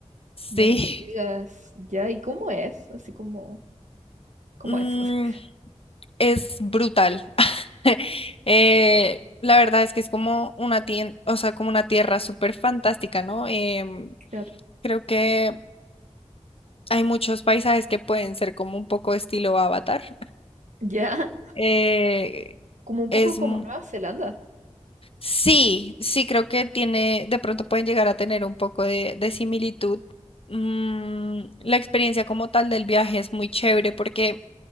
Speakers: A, on the left (about 50°); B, on the right (about 85°).
A: Sí,
B: no me digas,
A: <laughs>
B: ya, ¿y cómo es? Así como, ¿cómo
A: Mm,
B: es? <laughs>
A: es brutal. <laughs> Eh, la verdad es que es como una tien- o sea, como una tierra súper fantástica, ¿no? Em,
B: Claro,
A: creo que hay muchos paisajes que pueden ser como un poco estilo Avatar.
B: ya,
A: Eh,
B: como un
A: es,
B: poco como
A: m-
B: Nueva Zelanda,
A: sí, sí, creo que tiene, de pronto pueden llegar a tener un poco de, de similitud. Mm, la experiencia como tal del viaje es muy chévere porque